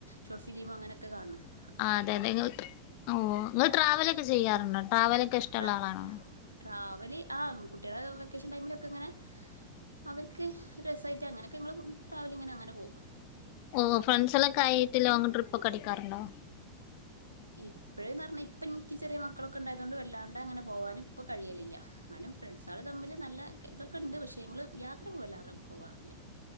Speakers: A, on the right; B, on the left.
A: ഷോർട്ഫിലീമ് അങ്ങനൊക്കെ കാണ് ണേ
B: ആഹ് അതന്നെ ങ്ങൾ ഓഹ് ങ്ങൾ ട്രാവലക്കെ ചെയ്യാർണ്ടോ ട്രാവലക്കെ ഇഷ്ടള്ള
A: ട്രാ
B: ആളാണോ?
A: ട്രാവല് ആഹ് കുട്ട്യളെ വെക്കേഷൻ ടൈമിലൊക്കെങ്ങനെ അവര്ക്ക് ഒരു രസായിട്ട് അങ്ങനെക്കെ ങ്ങൾ ട്രാവലിങ്ങിന് അങ്ങനെ പോകും.
B: ഓഹ് ഫ്രണ്ട്സളൊക്കെ ആയിട്ട് ലോങ്ങ്‌ട്രിപ്പൊക്കെ അടിക്കാർണ്ടോ?
A: ഇപ്പഴ്ന്ന് ർഞ്ഞാ ഇപ്പന്ക്ക് ചെറ്യേ മക്കളൊക്കെണ്ടായതോണ്ട് വല്ലാണ്ട് അങ്ങനെ പോവാന് പ്പൊ കഴിയലില്ല. ന്നാലും ഫ്രണ്ട്സാള് തമ്മിൽ നല്ല തൊക്കെണ്ട് പക്ഷെങ്ങൾ യാത്ര പോവല്ല പോവാറില്ല.